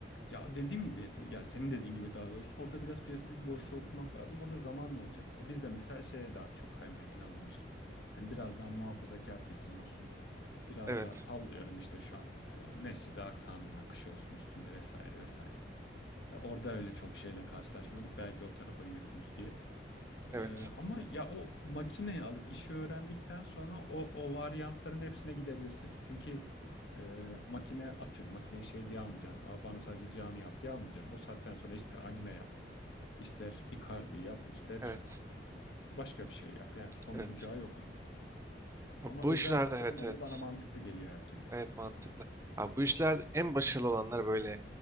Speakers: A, on the left; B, on the right.
A: Ya dediğim gibi ya senin dediğin gibi daha doğrusu orada biraz piyasadaki boşluğu okumak lazım. O da zamanla olacak. Ya biz de mesela şeye daha çok kaymayı planlıyoruz. Yani biraz daha muhafazakar kesim olsun. Biraz
B: Evet.
A: daha sallıyorum işte şu an e, Mescid-i Aksa'nın akışı olsun üstünde vesaire vesaire. Ya orada öyle çok şeyle karşılaşmadık. Belki o tarafa yürürüz diye.
B: Evet.
A: Ee, ama ya o makineyi alıp işi öğrendikten sonra o o varyantların hepsine gidebilirsin. Çünkü e, makine atıyorum makineyi şey diye almayacaksın. Aa, bana sadece cami yap diye almayacaksın. O saatten sonra ister anime yap, ister Icardi yap, ister
B: Evet.
A: başka bir şey yap. Yani son
B: Evet.
A: bucağı yok onun.
B: Ha,
A: Ama
B: Bu
A: özel
B: işlerde
A: tasarım
B: evet
A: olayı
B: evet.
A: bana mantıklı geliyor her türlü.
B: Evet mantıklı. Abi bu işlerde en başarılı olanlar böyle